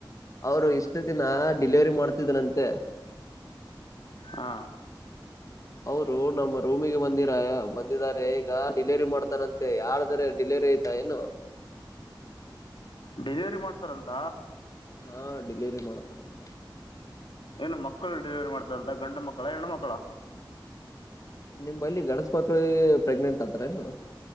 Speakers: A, on the left; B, on the left.
A: ಅವರು ಇಷ್ಟು ದಿನ ಡಿಲಿವರಿ ಮಾಡ್ತಿದರಂತೆ.
B: ಹಾ.
A: ಅವರು ನಮ್ಮ ರೂಮಿಗೆ ಬಂದಿರ ಬಂದಿದಿದ್ದಾರೆ ಈಗ ಡಿಲವರಿ ಮಾಡ್ತಾರಂತೆ ಯಾರ್ದ ಅರೆ ಡೆಲ್ಲಿ ವರಿ ಐತ ಏನು.
B: ಡೆಲಿವರಿ ಮಾಡ್ತಾರಂತ.
A: ಹಾ ಡೆಲಿವರಿ ಮಾಡ್ತಾರಂತ.
B: ಏನ ಮಕ್ಕಳ ಡಿಲಿವರಿ ಮಾಡ್ತಾರಂತ ಗಂಡ ಮಕ್ಕಳ ಹೆಣ್ಣು ಮಕ್ಕಳ.
A: ನಿಮ್ ಬಲಿ ಗಣಸ ಮಕ್ಳಿಗೆ ಪ್ರೆಗ್ನೆಂಟ್ ಆತಾರ ಏನು.